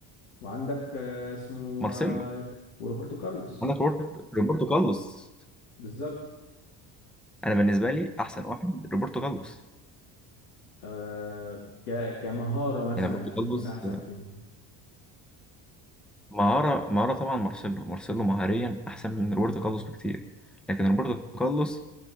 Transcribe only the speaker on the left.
وعندك آه، اسمه
آه، وروبرتو كارلوس
بالظبط
آه ك كمهارة مثلا
تشوف
مين أحسن فيهم